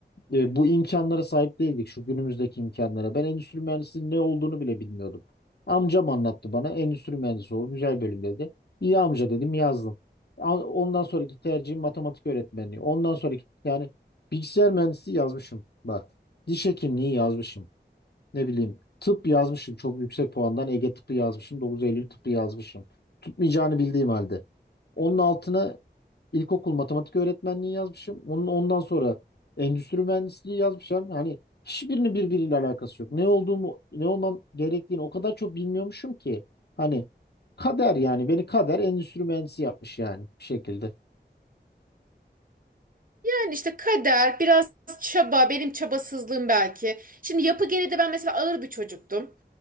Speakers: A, on the left; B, on the right.
A: e, bu imkanlara sahip değildik şu günümüzdeki imkanlara. Ben endüstri mühendisliğinin ne olduğunu bile bilmiyordum. Amcam anlattı bana endüstri mühendisi ol güzel bölüm dedi. İyi amca dedim yazdım. A- Ondan sonraki tercihim matematik öğretmenliği. Ondan sonraki yani bilgisayar mühendisi yazmışım. Bak diş hekimliği yazmışım ne bileyim tıp yazmışım çok yüksek puandan Ege tıpı yazmışım 9 Eylül tıpı yazmışım. Tutmayacağını bildiğim halde. Onun altına ilkokul matematik öğretmenliği yazmışım. Onun ondan sonra endüstri mühendisliği yazmışım. Hani hiçbirinin birbiriyle alakası yok. Ne olduğumu, ne olmam gerektiğini o kadar çok bilmiyormuşum ki. Hani kader yani beni kader endüstri mühendisi yapmış yani bir şekilde.
B: Yani işte kader, biraz çaba, benim çabasızlığım belki. Şimdi yapı gereği de ben mesela ağır bir çocuktum.